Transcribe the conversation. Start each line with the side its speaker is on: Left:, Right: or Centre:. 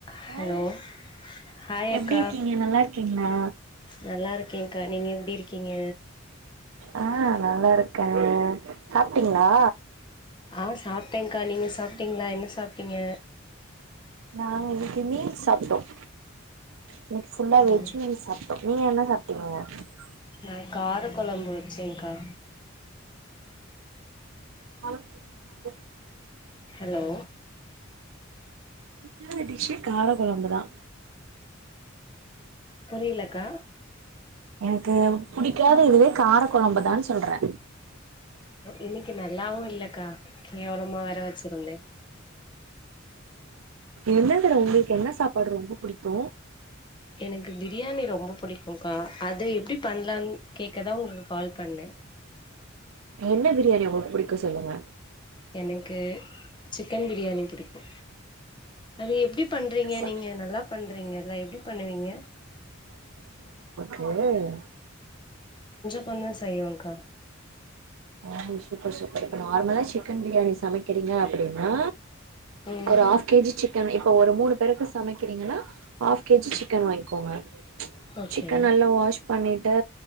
Left: ஹலோ
Right: hi
Left: hi அக்கா
Right: எப்டி இருக்கீங்க நல்லா இருக்கீங்ளா
Left: நல்லா இருக்கேகா நீங்க இருக்கீங்க
Right: ஆ நல்லா இருக்கே சாப்ட்டீங்ளா
Left: ஆ சாப்ட்டேகா நீங்க சாப்ட்டீங்ளா என்ன சாப்ட்டீங்க
Right: நாங்க இன்னிக்கு மீல்ஸ் சாப்ட்டோம் இன்னிக்கு ஃபுல்லா வெஜ்
Left: ம்
Right: மீல் சாப்ட்டோ நீங்க என்ன சாப் <unintelligible>
Left: நா கார கொழம்பு வச்சேகா
Right: ஆ நேத்திக் கார கொழம்பு தா
Left: ஹலோ
Right: என்னோட டிஷ்ஸே கார கொழம்புதா
Left: புரிலகா
Right: எனக்கு புடிக்காத இதுவே கார கொழம்புதானு சொல்றே
Left: இன்னிக்கு நல்லாவு இல்லகா கேவலமா வர வச்சிருந்தே
Right: எந்ததுல ஒங்ளுக்கு என்ன சாப்பாடு ரொம்ப புடிக்கு
Left: எனக்கு பிரியாணி ரொம்ப புடிக்குகா அது எப்டி பண்லான்னு கேக்கதா ஒங்ளுக்கு கால் பண்ணே
Right: என்ன பிரியாணி ஒங்ளுக்கு புடிக்கு சொல்லுங்க
Left: எனக்கு சிக்கன் பிரியாணி புடிக்கு அது எப்டி பண்றீங்க
Right: ச
Left: நீங்க நல்லா பண்றீங்கல எப்டி பண்ணுவீங்க
Right: எவ்ளோ வேனு
Left: கொஞ்சோ செய்வேகா
Right: ஆ சூப்பர் சூப்பர் இப்ப நார்மலா சிக்கன் பிரியாணி சமைக்கிறீங்க அப்டின்னா
Left: ம்
Right: ஒரு ஹாஃப் கேஜி சிக்கன் இப்ப ஒரு மூனு பேருக்கு சமக்கிறீங்கனா ஹாஃப் கேஜி சிக்கன் வாங்கிக்கோங்க
Left: ஓகே
Right: சிக்கன் நல்லா வாஷ் பண்ணிட்டு